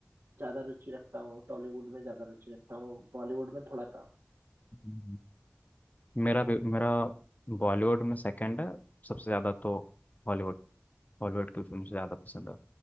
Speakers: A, on the right (about 65°); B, on the left (about 35°).
A: ज़्यादा रुचि रखता हूँ टॉलीवुड में ज़्यादा रुचि रखता हूँ बॉलीवुड में थोड़ा कम
B: हम्म। मेरा भी- मेरा बॉलीवुड में सेकंड है सबसे ज़्यादा तो हॉलीवुड हॉलीवुड की फिल्म ज़्यादा पसंद है